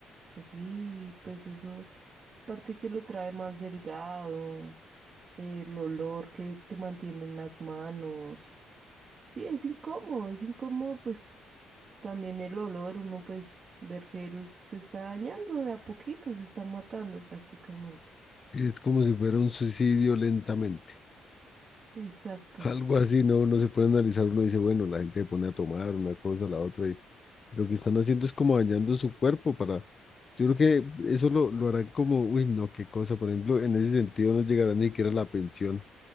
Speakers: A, on the right; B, on the left.
A: Así, pues eso, aparte que lo trae más delgado, el olor que, que mantiene en las manos. Sí, es incómodo, es incómodo, pues también el olor, uno pues ver que él se está dañando de a poquito, se está matando prácticamente.
B: Es como si fuera un suicidio lentamente.
A: Exacto,
B: <laughs> Algo así, ¿no? Uno se puede analizar, uno dice, bueno, la gente se pone a tomar una cosa, la otra. Y lo que están haciendo es como dañando su cuerpo para Yo creo que eso lo, lo harán como, uy, no, qué cosa, por ejemplo, en ese sentido no llegará ni siquiera la pensión,